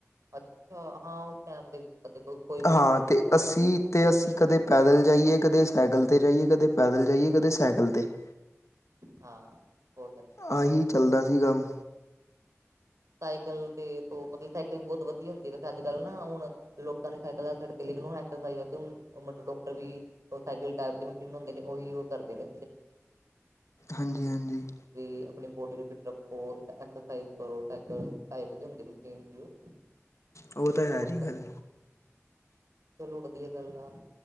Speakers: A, on the right; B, on the left.
A: ਅੱਛਾ ਹਾਂ ਉਹ ਟਮ ਦੇ ਕੋਈ ਕੋਈ
B: ਹਾਂ
A: ਸਕੂਲ
B: ਅਤੇ
A: ਸੀਗਾ
B: ਅਸੀਂ ਅਤੇ ਅਸੀਂ ਕਦੇ ਪੈਦਲ ਜਾਈਏ ਕਦੇ ਸਾਈਕਲ 'ਤੇ ਜਾਈਏ ਕਦੇ ਪੈਦਲ ਜਾਈਏ ਕਦੇ ਸਾਈਕਲ 'ਤੇ <inaudible>
A: ਹਾਂ ਹੋ ਜਾਂਦਾ
B: ਆਹੀ ਚੱਲਦਾ ਸੀ ਕੰਮ
A: ਸਾਈਕਲ ਤੇ ਮਤਲਬ ਸਾਈਕਲ ਬਹੁਤ ਵਧੀਆ ਹੁੰਦੀ ਹੈ ਵੈਸੇ ਅੱਜ ਕੱਲ੍ਹ ਨਾ ਹੁਣ ਲੋਕਾਂ ਨੇ ਸਾਈਕਲ ਦਾਛੜ ਕੇ ਲੇਕਿਨ ਹੁਣ ਐਕਸ ਮਤਲਬ ਡਾਕਟਰ ਵੀ ਉਹ ਸਾਈਕਲ ਟਾਈਪ ਦੀ ਮਸ਼ੀਨ ਹੁੰਦੀ ਨੇ ਉਹੀ ਉਹ ਕਰਦੇ ਨੇ
B: ਹਾਂਜੀ ਹਾਂਜੀ
A: ਵੀ ਆਪਣੀ ਬੋਡੀ ਨੂੰ ਫਿਟ ਰੱਖੋ ਐਕਸਰਸਾਈਜ਼ ਕਰੋ ਸਕਲ ਟਾਈਪ ਦੇ ਹੁੰਦੇ ਮੀਨ ਉਹ
B: ਉਹ ਤਾਂ ਹੈ
A: ਹੁਣ
B: ਜੀ
A: ਹ
B: ਗੱਲ
A: ਚਲੋ ਵਧੀਆ ਗੱਲ ਆ